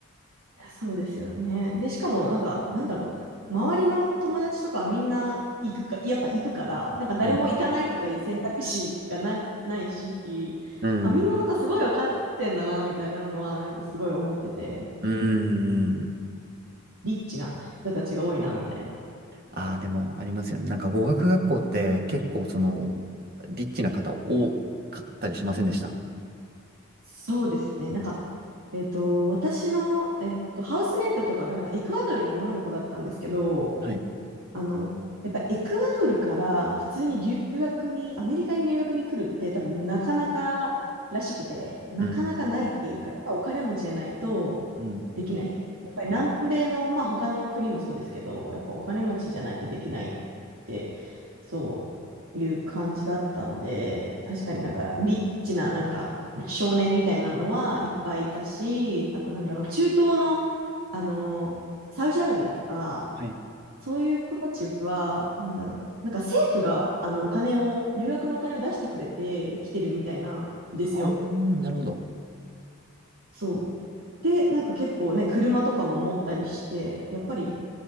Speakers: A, on the right; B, on the right.
A: いやそうですよね。で、しかもなんかなんだろう。周りの友達とかはみんな行くか、やっぱ行くから、なんか誰も行かないとかいう選択肢がなく、
B: うん。
A: ないし、
B: うん。
A: あ、みんななんかすごいお金持ってんだな、みたいなのはなんかすごい思ってて、
B: うん。うん
A: リッチな人たちが多いな、みたいな。
B: ああ、でもありますよね。なんか語学学校って結構その、リッチな方多かったりしませんでした
A: そうですね。なんか、えっと、私の、えっと、ハウスメイトとかが、なんか、エクアドルの女の子だったんですけど、
B: はい。
A: あの、やっぱエクアドルから普通に留学に、アメリカに留学に来るって多分なかなからしくて、なかなかないっていうか、
B: うん。
A: やっぱお金持ちじゃないと
B: うん。
A: できない。やっぱり南米の、
B: うん
A: まあ他の国もそうですけど、やっぱお金持ちじゃないとできないって、そういう感じだったんで、確かになんかリッチななんか少年みたいなのはいっぱいいたし、あとなんだろう、中東の、あの、サウジアラビアとか、
B: はい。
A: そういう子たちは、なんだろう。なんか政府が、あの、お金を、留学のお金を出してくれて来てるみたいなんですよ。
B: ああ、なるほど。
A: そう。で、なんか結構ね、車とかも持ったりして、やっぱり、